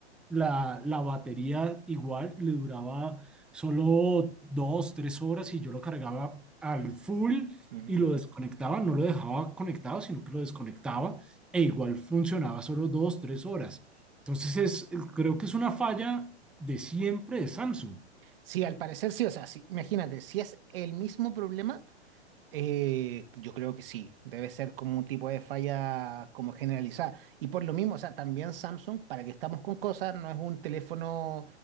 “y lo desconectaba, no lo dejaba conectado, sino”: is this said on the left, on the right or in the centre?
Centre